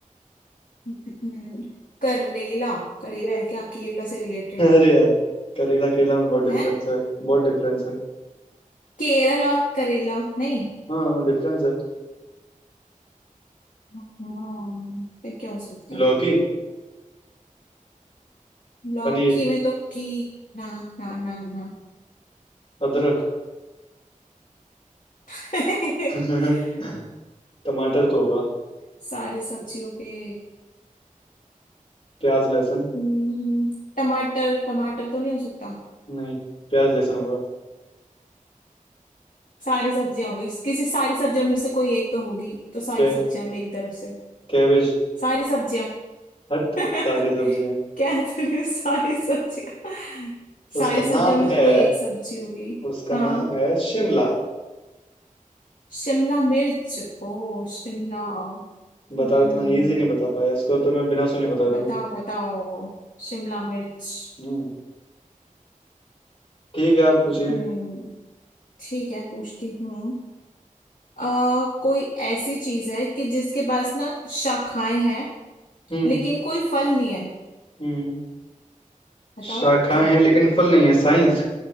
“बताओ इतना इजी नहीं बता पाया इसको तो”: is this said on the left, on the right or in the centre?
Left